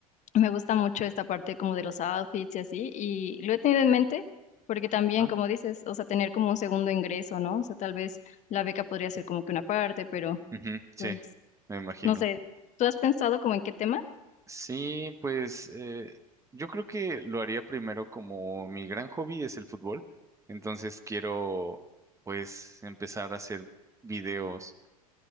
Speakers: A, on the left (about 40°); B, on the right (about 15°).
A: me gusta mucho esta parte como de los outfits y así, y lo he tenido en mente. Porque también,
B: Ah,
A: como dices, o sea, tener como un segundo ingreso, ¿no? O sea, tal vez la beca podría ser como que una parte, pero
B: ujú, sí,
A: pues,
B: me imagino.
A: no sé, ¿tú has pensado como en qué tema?
B: Sí, pues eh, yo creo que lo haría primero como mi gran hobby es el fútbol, entonces quiero pues empezar a hacer videos.